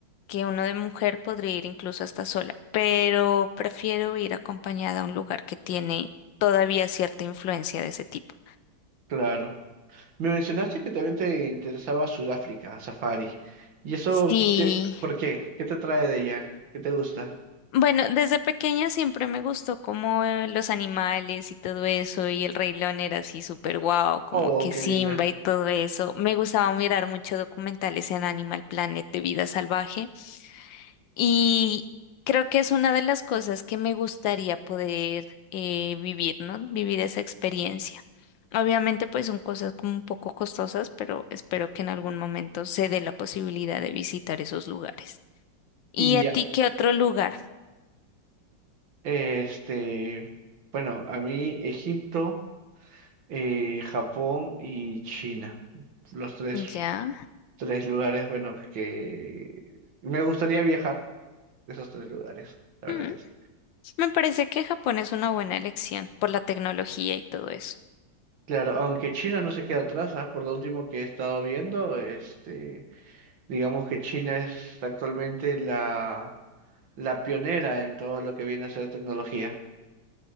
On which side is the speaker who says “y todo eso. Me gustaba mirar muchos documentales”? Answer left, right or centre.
Left